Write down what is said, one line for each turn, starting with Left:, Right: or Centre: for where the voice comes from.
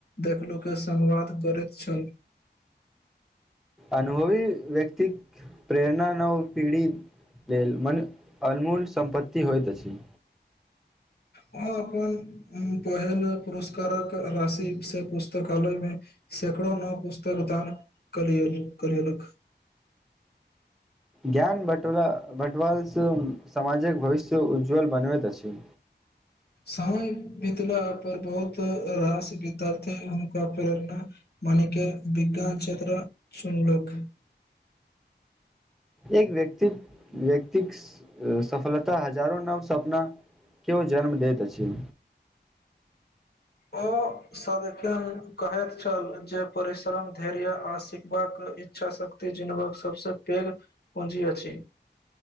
Left: देखलो के संवाद करैत छल
Centre: अनुभवी व्यक्तिकऽ प्रेरणा नव पीढ़ी लेल मन अनमोलऽ सम्पत्ति होइत अछि
Left: अहाँ अपन पहिल पुरस्कारक राशि से पुस्तकालय मे सैकड़ो नौ पुस्तक दान करे करेल कऽ
Centre: ज्ञान बँटवालसँ समाजक भविष्य उज्ज्वल बनबैत छै
Left: समय बितला पर बहुत रास बितार्थे हनका प्रेरणा। मानिक विज्ञान क्षेत्र सुनलुकऽ
Centre: एक व्यक्त व्यक्तिक सफलता हजारो नव सपना किओ जन्म दैत छै
Left: ओ सदी खन कहैत छल जे परिश्रम धैर्य आ सिखबा कऽ इच्छा शक्ति जनबक सभसँ पैघ पूँजी अछि